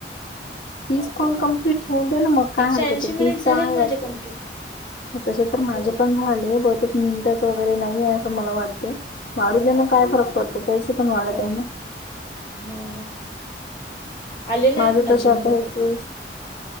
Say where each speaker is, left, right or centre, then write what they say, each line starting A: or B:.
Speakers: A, on the left (about 70°); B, on the left (about 25°).
A: तीस कॉल कम्प्लीट हो दे ना मग काय
B: एकशे
A: हरकत
B: ऐंशी
A: तीस
B: मिनिट झाले
A: तर आहे.
B: ना माझे
A: वागे
B: कंप्लीट
A: तसे तर माझे पण झाले. बहुतेक मिनटच वगैरे नाही. असं मला वाटते. वाढू देना काय फरक पडतो पैसे पण वाढत
B: हो
A: आहे. ना
B: हो <unintelligible> आले नाही
A: माझे
B: पण अजून
A: तशता
B: मला काही
A: अच्छा